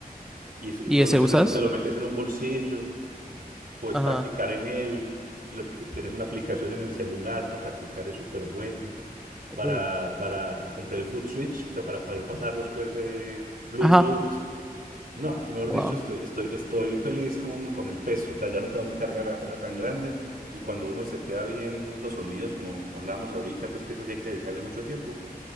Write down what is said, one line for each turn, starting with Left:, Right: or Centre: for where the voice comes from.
Right: Y, eso, y
Centre: ¿Y
Right: te lo
Centre: ese
Right: metes
Centre: usas?
Right: en un, te lo metes en un bolsillo, puedes
Centre: Ajá.
Right: practicar en él. lo- t- tenés una aplicación en el celular para practicar, es súper bueno. Para,
Centre: Uy.
Right: para, eh, compré el foot switch, o sea, para poder pasarlos, pues, eh, Bluetooth.
Centre: Ajá.
Right: No, mejor
Centre: Wow.
Right: dicho, estoy, estoy, estoy feliz con, con el peso, o sea, ya no tengo que cargar la pera tan grande y cuando uno setea bien los sonidos, como hablamos ahorita, pues que eso sí hay que dedicarle mucho tiempo,